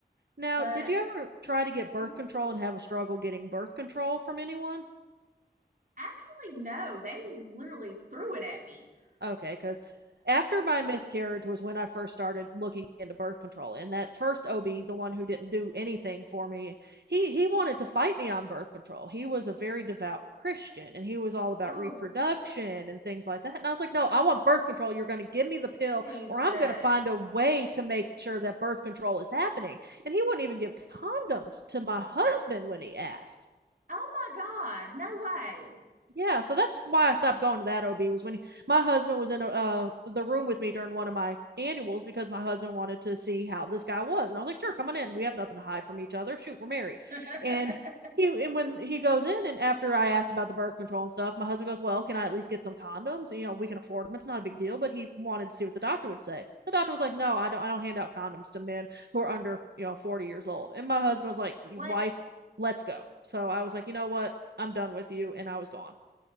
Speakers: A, on the right; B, on the right.
A: Now,
B: But
A: did you ever try to get birth
B: mhm.
A: control and have a struggle getting birth control from anyone?
B: actually, no, they literally threw it at me. <laughs>
A: Okay, because after my miscarriage was when I first started looking into birth control. And that first OB, the one who didn't do anything for me, he he wanted to fight me on birth control. He was a very devout Christian and he was all about
B: Oh,
A: reproduction and things like that. And I was like, "No, I want birth control. You're going to give me the pill
B: Jesus.
A: or I'm going to find a way to make sure that birth control is happening." And he wouldn't even give condoms to my husband when he asked.
B: Oh my God, no way.
A: Yeah, so that's why I stopped going to that OB was when he, my husband was in a, uh, the room with me during one of my annuals because my husband wanted to see how this guy was, and I was like, "Sure, come on in. We have nothing to hide from each other. Shoot, we're married."
B: <laughs>
A: And he and when he goes in, and after I asked about the birth control and stuff, my husband goes, "Well, can I at least get some condoms? You know, we can afford them. It's not a big deal." But he wanted to see what the doctor would say. The doctor was like, "No, I don't. I don't hand out condoms to men who are under you know 40 years old." And my husband was like,
B: what?
A: "Wife, let's go." So I was like, "You know what?" I'm done with you, and I was gone.